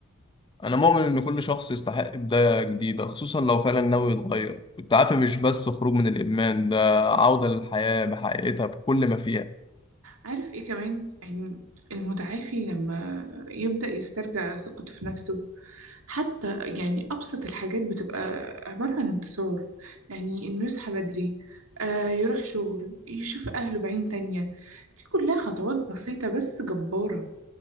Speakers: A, on the left; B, on the right.
A: انا مؤمن ان كل شخص يستحق بدايه جديده خصوصا لو فعلا ناوي يتغير التعافي مش بس خروج من الادمان ده عوده للحياه بحقيقتها بكل ما فيها
B: عارف ايه كمان يعني المتعافي لما يبدأ يسترجع ثقته في نفسه حتى يعني أبسط الحاجات بتبقى عبارة عن انتصار يعني إنه يصحى بدري آه يروح شغل يشوف أهله بعين تانية دي كلها خطوات بسيطة بس جبارة